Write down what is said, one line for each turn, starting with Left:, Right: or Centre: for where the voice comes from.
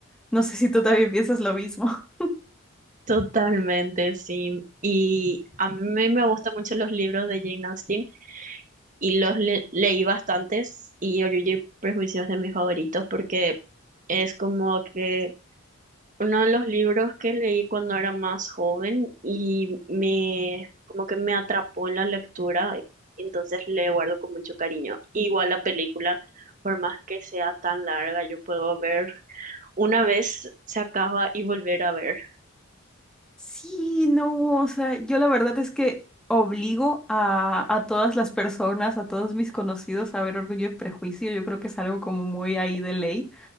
Centre: No sé si tú también piensas lo mismo. <laughs>
Right: Totalmente, sí. Y a mí me gustan mucho los libros de Jane Austen y los le- leí bastantes y Orgullo y Prejuicio es de mis favoritos porque es como que Uno de los libros que leí cuando era más joven y me como que me atrapó en la lectura, y entonces le guardo con mucho cariño. Igual la película, por más que sea tan larga, yo puedo ver una vez se acaba y volver a ver.
Centre: Sí, no, o sea, yo la verdad es que obligo a, a todas las personas, a todos mis conocidos a ver Orgullo y Prejuicio. Yo creo que es algo como muy ahí de ley.